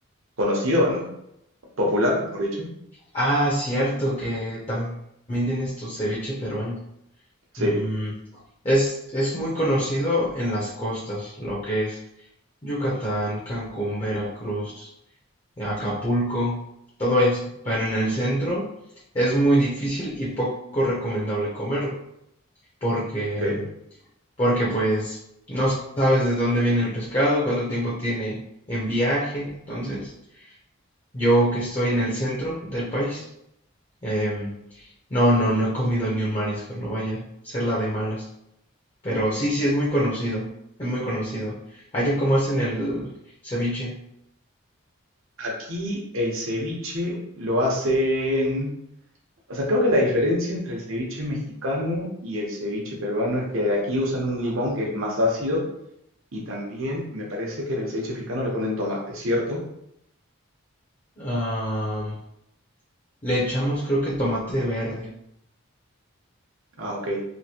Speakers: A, on the right; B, on the left.
A: conocido o no? ¿Popular, mejor dicho?
B: Ah, cierto que también tienes tu ceviche peruano.
A: Sí,
B: Mm, es, es muy conocido en las costas, lo que es. Yucatán, Cancún, Veracruz, Acapulco, todo eso. Pero en el centro es muy difícil y poco recomendable comerlo, porque,
A: Ok.
B: porque pues no sabes de dónde viene el pescado, cuánto tiempo tiene en viaje. Entonces, yo que estoy en el centro del país, em, no, no, no he comido ni un marisco, no vaya a ser la de malas. Pero sí, sí, es muy conocido, es muy conocido. Allá cómo hacen el ceviche.
A: Aquí el ceviche lo hacen, o sea, creo que la diferencia entre el ceviche mexicano y el ceviche peruano es que aquí usan un limón que es más ácido y también me parece que en el ceviche mexicano le ponen tomate, ¿cierto?
B: Ah, le echamos creo que tomate verde.
A: Ah, ok.